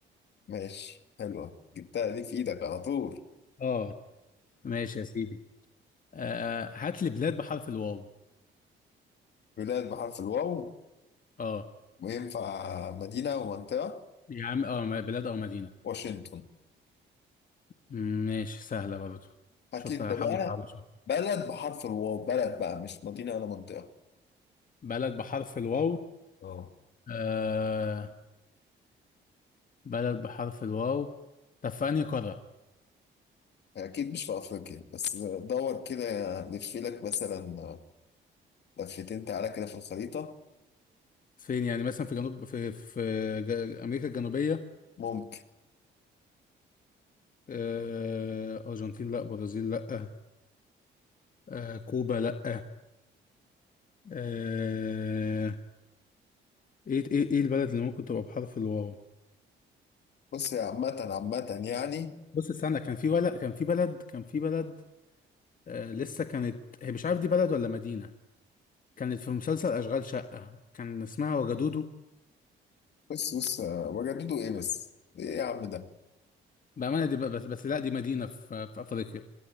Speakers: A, on the left; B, on the left.
A: ماشي حلوة جبتها دي في إيدك على طول
B: اه ماشي يا سيدي آه... آه، هات لي بلاد بحرف الواو
A: بلاد بحرف الواو
B: اه
A: وينفع مدينة ومنطقة
B: يا عم اه م- بلاد او مدينه
A: واشنطن
B: مم، ماشي سهله برضه
A: هات
B: شوف
A: لي أنت
B: لك هحاول
A: بقى
B: اصعبها شويه
A: بلد بحرف الواو بلد بقى مش مدينة ولا منطقة
B: بلد بحرف الواو
A: اه
B: آه بلد بحرف الواو طب في أنهي قارة؟
A: اكيد مش في افريقيا بس دور كده لف لك مثلا لفتين تعالى كده في الخريطه
B: فين يعني مثلا في جنوب في في جا- أمريكا الجنوبية
A: ممكن
B: آه أرجنتين لأ برازيل لأ آه كوبا لأ آه إيه إيه إيه البلد اللي ممكن تبقى بحرف الواو؟
A: بص يا عامه عامه يعني
B: بص استنى كان في ولا كان في بلد كان في بلد آه لسه كانت هي مش عارف دي بلد ولا مدينة كانت في مسلسل أشغال شقة كان اسمها وجدودو
A: بص بص وجددوا ايه بس ايه يا عم ده
B: بأمانة دي ب- بس بس لأ دي مدينة في في أفريقيا